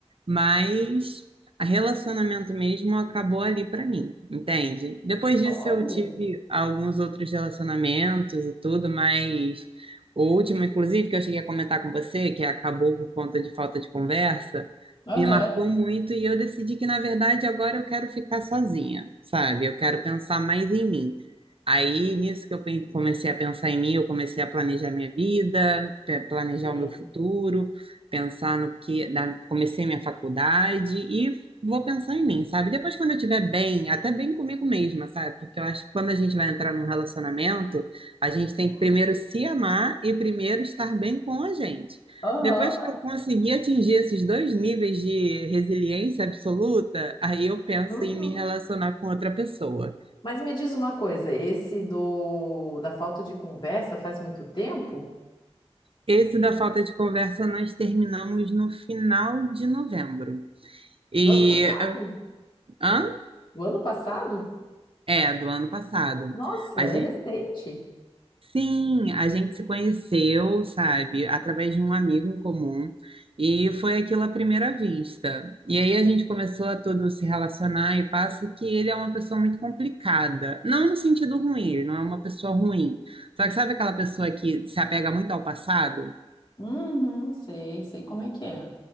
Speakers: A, on the right (about 55°); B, on the left (about 45°).
A: Mas a relacionamento mesmo acabou ali para mim, entende? Depois disso
B: Olha,
A: eu tive alguns outros relacionamentos e tudo, mas o último, inclusive, que eu cheguei a comentar com você, que acabou por conta de falta de conversa,
B: Aham,
A: me marcou muito e eu decidi que, na verdade, agora eu quero ficar sozinha, sabe? Eu quero pensar mais em mim. Aí, nisso que eu pe- comecei a pensar em mim, eu comecei a planejar minha vida, pe- planejar
B: sim.
A: o meu futuro pensar no que. na- comecei minha faculdade e vou pensar em mim, sabe? Depois, quando eu estiver bem, até bem comigo mesma, sabe? Porque eu acho que quando a gente vai entrar num relacionamento, a gente tem que primeiro se amar e primeiro estar bem com a gente.
B: aham.
A: Depois
B: ma-
A: que eu conseguir atingir esses dois níveis de resiliência absoluta, aí eu penso
B: Uhum.
A: em me relacionar com outra pessoa.
B: Mas me diz uma coisa, esse do da falta de conversa faz muito tempo?
A: Esse da falta de conversa nós terminamos no final de novembro. E.
B: Do ano passado?
A: Hã?
B: Do ano passado?
A: É, do ano passado.
B: Nossa,
A: A
B: é
A: gente,
B: recente.
A: sim, a gente se conheceu, sabe, através de um amigo em comum e foi aquilo à primeira vista. E aí a gente começou a todo se relacionar e passa que ele é uma pessoa muito complicada. Não no sentido ruim, ele não é uma pessoa ruim. Só que sabe aquela pessoa que se apega muito ao passado?
B: Uhum, sei, sei como é que é.